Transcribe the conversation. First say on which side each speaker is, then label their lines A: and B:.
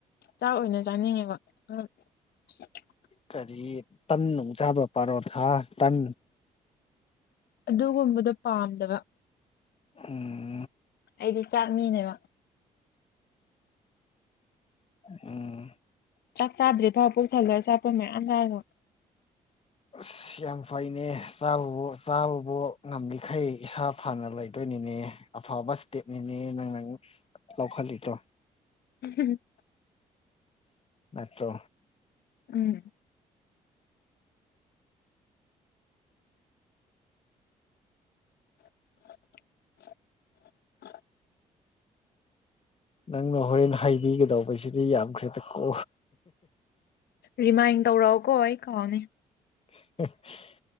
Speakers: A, on the left; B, on the left.
A: ꯆꯥꯛ ꯑꯣꯏꯅ ꯆꯥꯅꯤꯡꯉꯦꯕ <unintelligible>
B: ꯀꯔꯤ ꯇꯟ ꯅꯨꯡ ꯆꯥꯗ꯭ꯔꯣ ꯄꯥꯔꯣꯊꯥ ꯇꯟ
A: ꯑꯗꯨꯒꯨꯝꯕꯗꯣ ꯄꯥꯝꯗꯕ
B: ꯎꯝ
A: ꯑꯩꯗꯤ ꯆꯥꯛ ꯃꯤꯅꯦꯕ
B: ꯎꯝ
A: ꯆꯥꯛ ꯆꯥꯗ꯭ꯔꯤꯗ ꯄꯨꯛ ꯊꯜꯂꯦ ꯑꯆꯥꯄꯣꯠ ꯃꯌꯥꯝ ꯆꯥꯔꯨꯕ
B: ꯑꯁ ꯌꯥꯝ ꯐꯩꯅꯦ ꯆꯥꯕꯕꯨ ꯆꯥꯕꯕꯨ ꯉꯝꯂꯤꯈꯩ ꯏꯁꯥ ꯐꯅ ꯂꯩꯗꯣꯏꯅꯤꯅꯦ ꯑꯐꯕ ꯏꯁꯇꯦꯞꯅꯤꯅꯦ ꯅꯪꯅ ꯂꯧꯈꯠꯂꯤꯗꯣ
A: <unintelligible>
B: ꯅꯠꯇ꯭ꯔꯣ
A: ꯎꯝ <unintelligible>
B: ꯅꯪꯅ ꯍꯣꯔꯦꯟ ꯍꯥꯏꯕꯤꯒꯗꯧꯕꯁꯤꯗꯤ ꯌꯥꯝꯈ꯭ꯔꯦꯗ ꯀꯣ
A: ꯔꯤꯃꯥꯏꯟ ꯇꯧꯔꯛꯑꯣꯀꯣ ꯑꯩ ꯀꯥꯎꯅꯤ
B: <unintelligible>